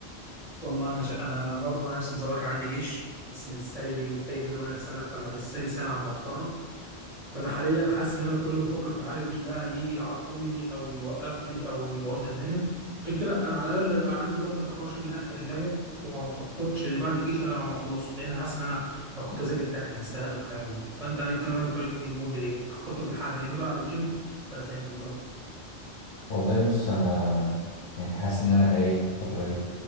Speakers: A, on the right (about 40°); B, on the left (about 60°).
A: والله انا ش... انا برضه نفس نظامك انا عندي جيش بس لسه لي فرق بيني وبينك سنه فانا لسه لي سنه عم اتخرج فانا حاليا حاسس ان انا كل ما افكر في حاجه الجيش ده هيجي يعطلني او يوقف لي او يبوظ لي الدنيا عشان كده انا على الاقل على قد ما اقدر بحاول اشوف اللي تحت رجليا وما بخططش اللي بعد الجيش الا لما اخلصه لان حاسس ان انا لو كنت بذاكر تراك هنساه او كلام من ده فانت ايه رايك طيب في النبوه دي, دي بتخطط لحاجه اللي بعد الجيم ولا سايبها بظروفها؟
B: والله بص انا يعني حاسس ان انا تايه في الفتره دي